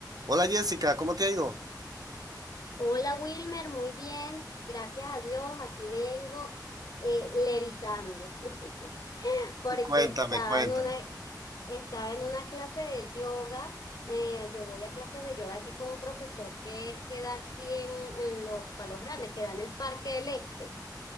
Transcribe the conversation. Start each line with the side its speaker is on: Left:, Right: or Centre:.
Right: Hola Jessica, ¿cómo te ha ido?
Left: Hola Wilmer, muy bien, gracias a Dios, aquí vengo eh, levitando <laughs> porque
Right: Cuéntame,
Left: estaba
Right: cuéntame.
Left: en una, estaba en una clase de yoga. eh, yo voy a clases de yoga aquí con un profesor que, queda aquí en, en los Palos Grandes, que da en el Parque del Este.